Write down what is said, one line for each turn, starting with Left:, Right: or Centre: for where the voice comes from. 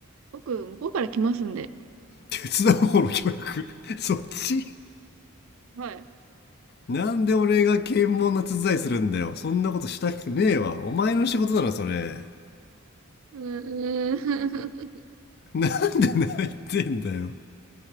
Right: 僕、向こうから来ますんで。
Left: 手伝う方の協力。<laughs> そっち
Right: はい。
Left: なんで俺が検問の手伝いするんだよ。そんなことしたくねえわ。お前の仕事だろ、それ。
Right: うーん。
Left: なんで泣いてんだよ。